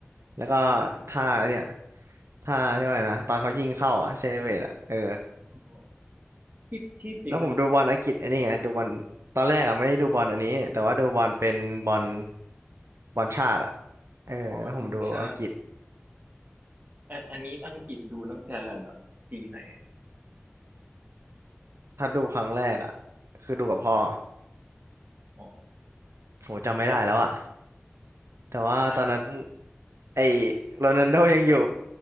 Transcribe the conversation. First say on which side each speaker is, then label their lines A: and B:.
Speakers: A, on the right; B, on the right.
A: แล้วก็ท่าเนี่ยท่าเรียกว่าอะไรนะตอนเขายิงเข้าอ่ะเซเลเบรตอ่ะเออ
B: อ๋อที่ที่จริง
A: แล้วผมดูบอลอังกฤษไอันนี้ไงดูบอลตอนแรกอ่ะไม่ได้ดูบอลอันนี้แต่ว่าดูบอลเป็นบอลบอลชาติอ่ะเออแล้วผมดูอังกฤษ
B: อ๋อทีมชาติอันอันนี้อังกฤษดูตั้งแต่แบบปีไหนอะ
A: ถ้าดูครั้งแรกอ่ะคือดูกับพ่อ
B: อ๋อ
A: โหจำไม่ได้แล้วอ่ะ
B: แล้ว
A: แต่ว่าตอนนั้น
B: เออ
A: ไอ้โรนัลโดยังอยู่